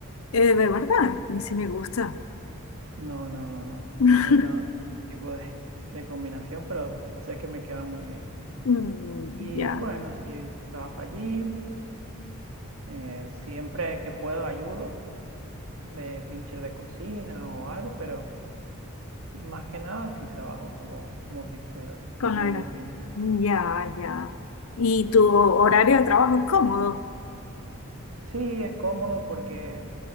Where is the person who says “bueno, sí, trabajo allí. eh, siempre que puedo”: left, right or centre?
Right